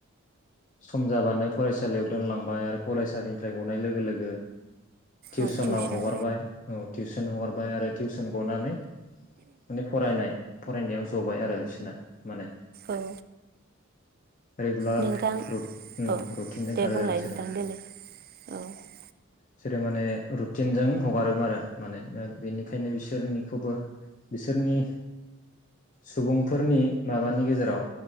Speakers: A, on the left; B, on the right.
A: सम मानो फरायसालियाव दोनलांबाय आरो फरायसालिनिफ्राय गनाय लोगो लोगो थिउसनाव
B: औ टिउसन
A: हगारबाय औ थिउसन हगारबाय आरो टिउसन गनानै माने फरायनाय फरायनायाव ज'बाय आरो बिसोरना माने
B: औ
A: रेगुलार
B: नोंथां
A: रु उम्म
B: औ
A: रुथिनदों
B: दे
A: खारो
B: बुंलाय
A: आरो बिसोरो।
B: नोंथां देलाय औ
A: बिसोरो माने रुटिनजों हगारोम आरो माने बेनिखायनो बिसोरनिखौबो बिसोरनि सुबुंफोरनि माबानि गेजेराव